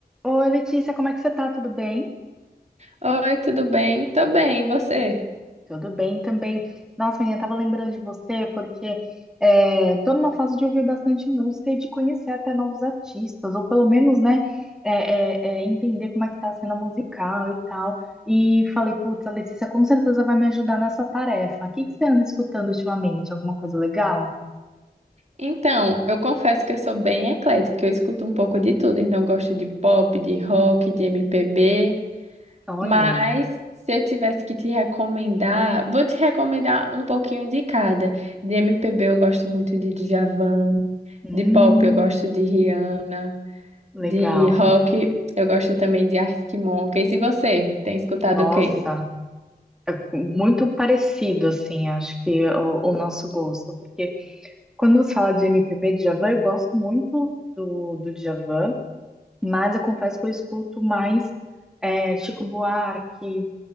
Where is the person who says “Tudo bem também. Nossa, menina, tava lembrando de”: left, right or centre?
Centre